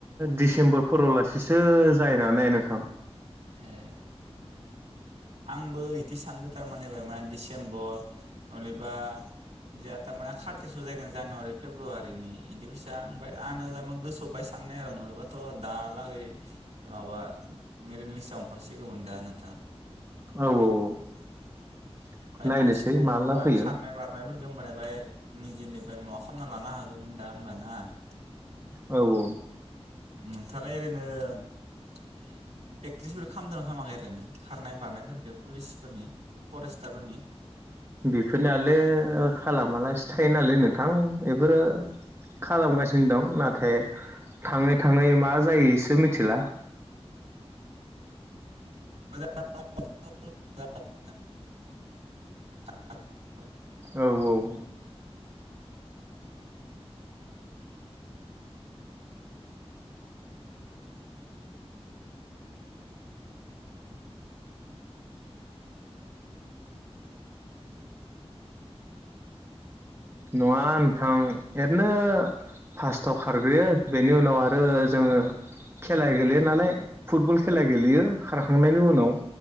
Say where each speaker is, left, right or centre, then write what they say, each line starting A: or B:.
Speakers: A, on the right; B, on the right.
A: डिसेम्बर फोरावलासैसो जाहैनो हानाय नोंथां।
B: ए आंबो इदि सानदो टारमाने बायमान डिसेम्बर नलेबा इजा टामाने खाटेस' जायगोन जानुवारि फेब्रुवारिनि बिदि फैसा आ ओमफ्राय आंम गोसोबाय साननाय आरो नलेबाथ' दालागै माबा मेरिट लिस्टआव ओंखारसिगौमोन दा नोंथां।
A: औ औ औ
B: <unintelligible>
A: नायनोसै माला फैयो
B: <unintelligible>
A: औ औ
B: नोंथाङालाय ओरैनो <unintelligible> खामदोना खामाखै ओरैनो खारनाय बारनायफोरखो पुलिसफोरनि? परेस्तारफोरनि
A: बेफोरनोलाय खालामालासे थायो नालाय नोंथां बोरो खालामगासिनो दं ना <inaudible> थाङै थाङै मा जायो इसो <unintelligible> मिथिला
B: <inaudible> <inaudible>
A: औ औ नङा नोंथां इरैनो फार्स्टाव खारग्रोयो बेनि उनाव आरो जोङो खेला गेलेयो नालाय फुटबल खेला गेलेयो खारखांनायनि उनाव